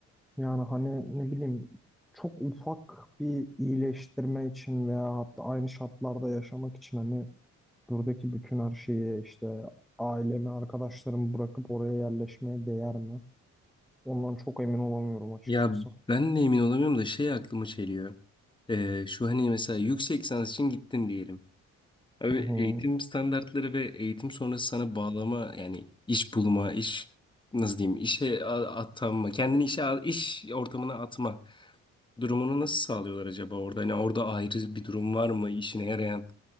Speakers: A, in the centre; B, on the left.
A: yani hani ne bileyim çok ufak bir iyileştirme için veya hatta aynı şartlarda yaşamak için hani Buradaki bütün her şeyi işte ailemi, arkadaşlarımı bırakıp oraya yerleşmeye değer mi? Ondan çok emin olamıyorum açıkçası.
B: Ya ben de emin olamıyorum da şey aklıma geliyor. Ee, şu hani mesela yüksek lisans için gittin diyelim. Abi
A: Hı hı.
B: eğitim standartları ve eğitim sonrası sana bağlama yani iş bulma, iş nasıl diyeyim işe a- atanma, kendini işe a- iş ortamına atma. durumunu nasıl sağlıyorlar acaba orada? Hani orada ayrı bir durum var mı? İşine yarayan,